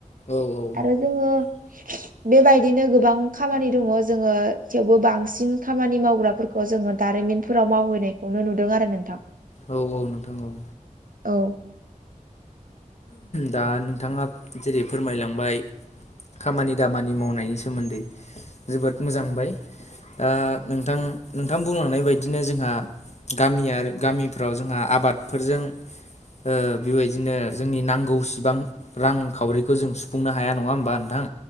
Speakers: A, on the left; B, on the right.
A: औ औ
B: आरो जोङो
A: <inaudible>
B: बेबायदिनो गोबां खामानि दङ जोङो थेवबो बांसिन खामानि मावग्राफोरखौ खौ जोङो दारिमिनफोराव मावहैनायखौनो नुदों आरो नोंथां।
A: औ औ नोंथां औ
B: औ
A: दा नोंथाङा जेरै फोरमायलांबाय खामानि दामानि मावनायनि सोमोन्दै जोबोद मोजांमोनबाय ओ नोंथां नोंथां बुंलांनाय बदिनो जोंहा गामियारि गामिफ्राव जोंहा आबादफोरजों ओ बेबायदिनो जोंनि नांगौ सिबां रांखावरिखौ जों सुफुंनो हाया नङा होमबा नोंथां